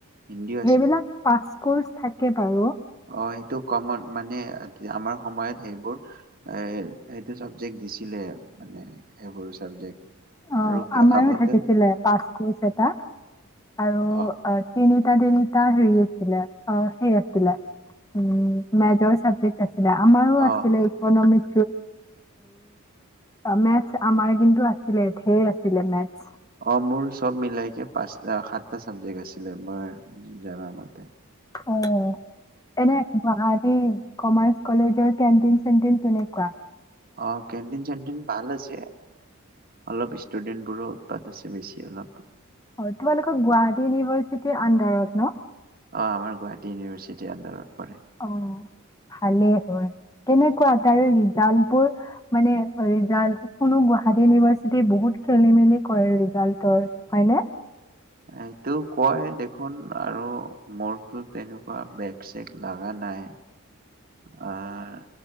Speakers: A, on the right; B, on the left.
A: হিন্দীও
B: সেইবিলাক পাছ ক থাকে বাৰু,
A: অঁ সেইটো কমন মানে আমাৰ সময়ত সেইবোৰ এ টো চাবজেক্ট দিছিলে মানে সেইবোৰ চাবজেক্ট
B: অঁ
A: আৰু
B: আমাৰো
A: আগতে
B: থাকিছিলে পাঁচ কচ এটা আৰু
A: অ
B: তিনি তিনিতা তিনিতা হাৰি আছিলে আছিলে উম মেজৰ চাবজেক্ট আছিলে। আমাৰো আছিলে
A: অ
B: ইকনমিক ম আমাৰ কিন্তু আছে আছিলে ধৈৰ আছিলে মেথছ।
A: অঁ মোৰ চব মিলাইকে পাঁচ সাতটা চাবজেক্ট আছিলে মই জনা মতে,
B: অঁ এনে গুৱাহাটীৰ কমাৰ্চ কলেজৰ কেণ্টিন-চেণ্টিন কেনেকুৱা?
A: অ' কেণ্টিন-চেণ্টিন ভাল আছে অলপ ষ্টুডেন্ট বোৰো উৎপাত আছে বেছি অলপ।
B: হয়, তোমালোকৰ গুৱাহাটী ইউনিভাৰ্চিটিৰ আণ্ডাৰত হা <unintelligible>
A: অ' আমাৰ গুৱাহাটী ইউনিভাৰ্চিটিৰ আনডাৰত পৰে।
B: অ' ভালেই হয়। তেনেকুৱা তাৰে ৰিজাল্ট মানে ৰিজাল্ট কোনো গুৱাহাটী ইউনিভাৰ্চিটিৰ বহুত খেলি-মেলি কৰে ৰিজালটৰ হয়নে?
A: এইটো কয় দেখোন আৰু মোৰতো তেনেকুৱা বেগ-চেগ লাগা নাই। অ'